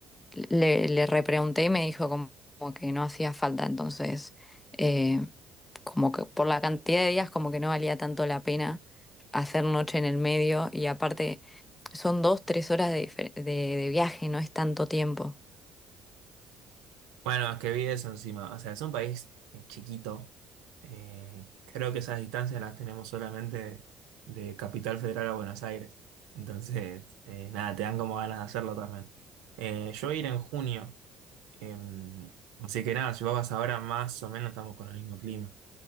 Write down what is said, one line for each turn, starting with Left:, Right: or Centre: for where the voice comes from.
Left: le, le repregunté y me dijo como, como que no hacía falta, entonces... eh, como que por la cantidad de días como que no valía tanto la pena hacer noche en el medio y aparte son dos, tres horas de, difer- de, de viaje, no es tanto tiempo.
Right: Bueno, es que vi eso encima. O sea, es un país eh, chiquito. Eh, creo que esas distancias las tenemos solamente de Capital Federal a Buenos Aires. Entonces, eh, nada, te dan como ganas de hacerlo también. Eh, yo voy a ir en junio. eh, así que nada, si vos vas ahora, más o menos estamos con el mismo clima.